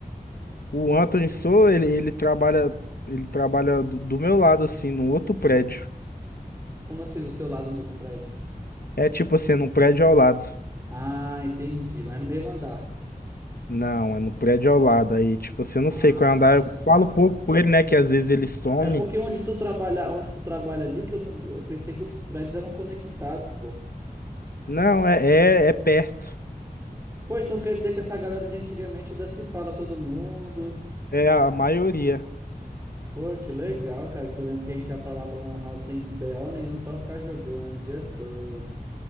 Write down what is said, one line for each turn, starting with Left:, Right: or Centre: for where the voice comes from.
Left: O Anthony Sou, ele, ele trabalha, ele trabalha do, do meu lado, assim, num outro prédio.
Right: Como assim, do seu lado no outro prédio?
Left: É tipo assim, num prédio ao lado.
Right: Ah, entendi. Mas no mesmo andar.
Left: Não, é no prédio ao lado. Aí, tipo, assim, eu não
Right: Ah,
Left: sei qual é o andar. Eu
Right: tá.
Left: falo pouco com ele, né? Que às vezes ele some.
Right: É porque onde tu trabalha, onde tu trabalha ali, que eu, não, eu pensei que os prédios eram conectados, pô.
Left: Não, é, é, é perto.
Right: Pô, então quer dizer que essa galera de antigamente ainda se fala todo mundo.
Left: É a maioria.
Right: Pô, que legal, cara, que eu lembro que a gente ia pra lá pra Lan House sem BO nenhum, só ficar jogando o dia todo.